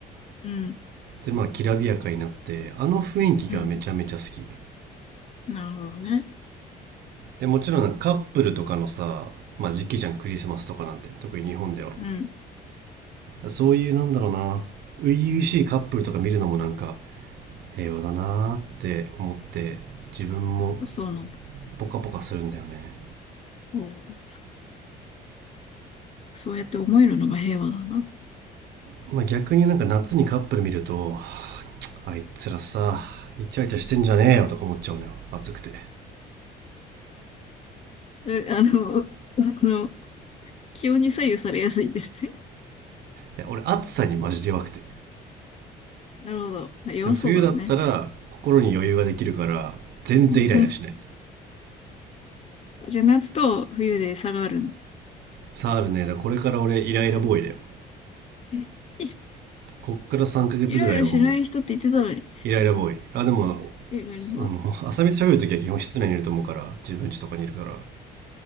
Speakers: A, on the left; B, on the right.
A: うん、
B: でまあきらびやかになってあの雰囲気がめちゃめちゃ好き
A: うん。なるほどね。
B: でもちろんなんかカップルとかのさ、まあ、時期じゃんクリスマスとかなんて特に日本では
A: うん。
B: そういうなんだろうな初々しいカップルとか見るのもなんか平和だなって思って自分も
A: そうなんだ。
B: ポカポカするんだよね、
A: おーそうやって思えるのが平和だな。
B: まあ、逆になんか夏にカップル見るとあいつらさイチャイチャしてんじゃねえよとか思っちゃうのよ暑くてい
A: うあの、その、気温に左右されやすいんですね。<laughs>
B: や俺暑さにマジで弱くて
A: なるほど。あ弱そうだね。
B: でも冬だったら心に余裕ができるから全然イライラしない
A: うん。<laughs> じゃあ、夏と冬で差があるんだ。
B: サールねだからこれから俺イライラボーイだよ
A: え、い
B: こっから3ヶ月ぐらいはもう
A: いろライラしない人って言ってたのに。
B: イライラボーイ。あ、でも、
A: いろいろもう、
B: あの、浅見と喋るときは基本室内にいると思うから、自分家とかにいるから、